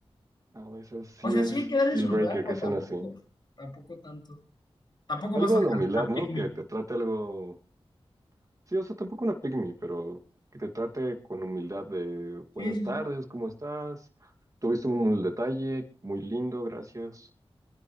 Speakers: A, on the right; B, on the left.
A: A veces sí
B: O sea,
A: es
B: sí, quedarse
A: deal
B: en su lugar,
A: breaker
B: pero
A: que sean
B: tampoco,
A: así.
B: tampoco tanto. Tampoco
A: Algo
B: vas a agarrar
A: de humildad, ¿no?
B: a pick
A: Que
B: me.
A: te trate algo, sí, o sea, tampoco una pygmy, pero que te trate con humildad de buenas
B: Sí, sí,
A: tardes,
B: sí.
A: ¿cómo estás? Tuviste un detalle muy lindo, gracias.